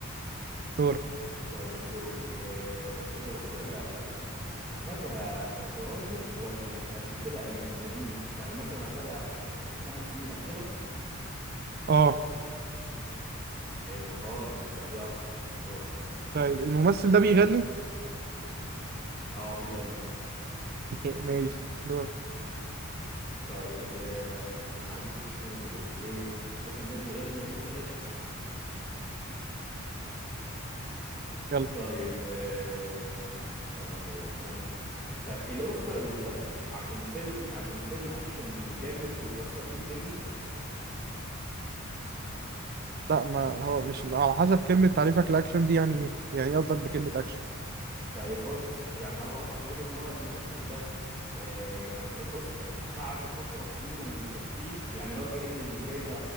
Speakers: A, on the right (about 45°); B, in the centre.
A: دورك
B: طيب دوري آه طب الأوسكار اللي أخدها أخدها قريب ولا من قبل كده من قديم يعني مثلا أخدها ح- في الخمس سنين الأخيرة
A: اه
B: حلو خالص طب يلا دورك
A: طيب الممثل ده بيغني
B: اه بيغني
A: <laughs> ماشي دورك
B: طيب آه أنا عارف جه في دماغك الإفيه حازم ده بيغني يعني صغير <laughs>
A: يلا
B: طيب آه، استنى طيب عشان عايز افتكر طيب الاوسكار اللي خده عشان فيلم عشان فيلم اكشن جامد وكسر بيه الدنيا
A: لا ما هو مش على حسب كلمة تعريفك لأكشن دي يعني ايه يعني ايه قصدك بكلمة أكشن
B: طيب بص يعني هو اقصد اقول ان هو الممثل ده آه يعني خد اوسكار بعد فتره طويله من التمثيل يعني لو كأن الجائزه